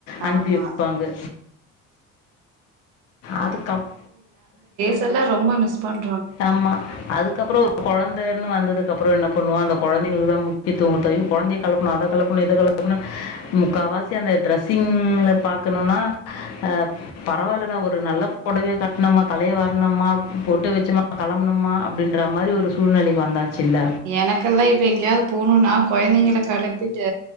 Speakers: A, on the left (about 55°); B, on the right (about 80°).
A: அனுப்பி
B: ஆமா
A: வெப்பாங்க அதுக்கப்
B: இதெல்லா ரொம்ப மிஸ் பண்
A: ஆம்மா அதுக்கப்பறோ ஒ கொழந்தன் வந்ததுகப்றோ என்ன பண்ணுவோ அந்த கொழந்தைகளுக்கு தா முக்கியிதுவோ குட்த்து அயோ கொழந்தைய கெளப்பணு அத கெளப்பணு இத கெள ப்னு முக்காவாசி அந்த ட்ரெஸ்ஸிங்ல பாக்கணுனா அ பரவால்லடா ஒரு நல்ல பொடவய கட்ணமா தலைய வார்ணமா பொட்டு வச்சமா களம்பனுமா அப்டின்ற மாரி ஒரு சூழ்நிலைக்கு வந்தாச்சு இல்ல
B: எனக்கெல்லா இப்போ எங்கேயாவது போணுன்னா கொழ்ந்தைங்கள கெளப்பிட்டு